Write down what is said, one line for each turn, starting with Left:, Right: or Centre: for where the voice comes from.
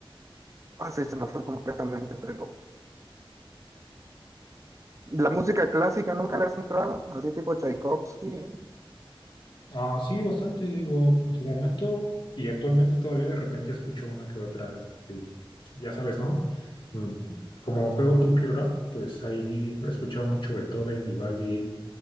Right: Ah, sí, se me fue completamente, pero la música clásica nunca le has entrado, así tipo Tchaikovsky.
Left: Ah, sí, bastante, digo, en su momento y actualmente todavía de repente escucho una que otra, que, ya sabes, ¿no? Mm, Como juego punk y rock, pues ahí he escuchado mucho Beethoven, Vivaldi